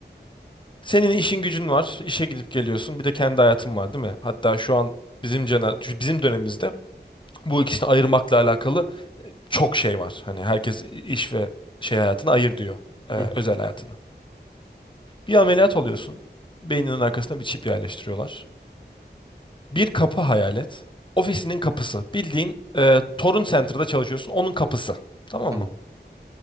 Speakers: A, on the left; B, on the right.
A: Senin işin gücün var, işe gidip geliyorsun. Bir de kendi hayatın var, değil mi? Hatta şu an bizim cena bizim dönemimizde bu ikisini ayırmakla alakalı çok şey var. Hani herkes iş ve şey hayatını ayır diyor, e, özel
B: Hı hı.
A: hayatını. Bir ameliyat oluyorsun. Beyninin arkasına bir çip yerleştiriyorlar. Bir kapı hayal et. Ofisinin kapısı. Bildiğin e, Torun Center'da çalışıyorsun. Onun kapısı. Tamam
B: Tamam.
A: mı?